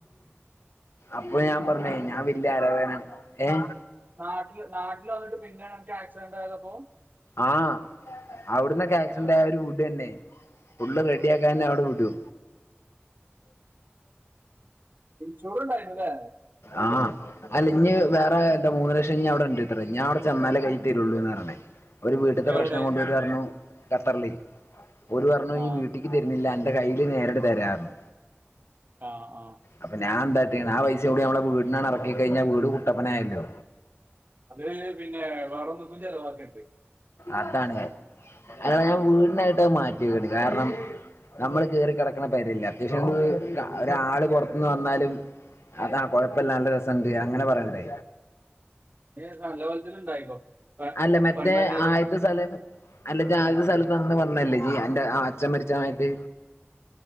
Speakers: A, on the left; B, on the right.
A: അപ്പൊ ഞാൻ പർഞ്ഞേ ഞാൻ വല്ല്യ ആരാധകന ഏഹ്
B: നാട്ട്ല് നാട്ടിൽവന്ന്ട്ട് പി പിന്നെണ് അനക് ആക്‌സിഡന്റ് ആയതപ്പൊ
A: ആഹ് അവ്ട്ന്നൊക്കെ ആക്‌സിഡന്റ്
B: ആ,
A: ആയ ഓര് വിടെന്നെ ഫുള്ള് റെഡിയാക്കാഞ്ഞ
B: ആ.
A: അവ്ടെ വിടോ
B: ചൊറണ്ടായിര്ന്നു ലേ
A: ആഹ് അല്ല ഇഞ്ഞി വേറെ ആർടെ മൂന്ന് ലശ് <unintelligible> അവിടെ ഉണ്ട് അത്രേ ഞാൻ അവിടെ ചെന്നാലേ കൈയിൽ തരുള്ളൂ എന്ന പറയണേ ഓര് വീട്ടത്തെ
B: എവിടെ
A: പ്രശ്നം <unintelligible> ഖത്തറിലെ ഓര് പറഞ്ഞു
B: ആ
A: ഈ വീട്ടിക്ക് വരണില്ല എന്നു ന്റെ കയ്യില് നേരിട്ട് തരാന്ന്
B: ആ ആ
A: അപ്പൊ ഞാൻ എന്താ <unintelligible> ആ <unintelligible> <unintelligible> നമ്മള <unintelligible> ഇറക്കി കഴിഞ്ഞ വീട് കുട്ടപ്പനായല്ലോ
B: അത് പിന്നെ വേറൊന്ന് പ്പ ചെലവാക്ക് ണ്ട്
A: അതാണ് അത് ന്നറിഞ്ഞ അത് വീടിനായിട്ട് മാറ്റിക്ക്ണ് കാരണം ഞമ്മള് കേറി കെടക്കണ പേരല്ലേ അത്യാവശ്യം അത് ഒരാള് പൊറത്ത്ന്ന് വന്നാലും അത് കൊയപ്പല്ല നല്ല രസണ്ട് അങ്ങനെ പറിയണ്ടെ
B: ഞ് നല്ലോൽത്തന്നെ ണ്ടാക്കിക്കോ പെ
A: അല്ല മറ്റേ
B: പെണ്ണാലി
A: ആദ്യത്തെ സലം അല്ല ജാതി സ്ഥലത്താന്ന് പർഞ്ഞല്ലെ ഇ അന്റ അച്ഛൻ മരിച്ച സമയത്ത്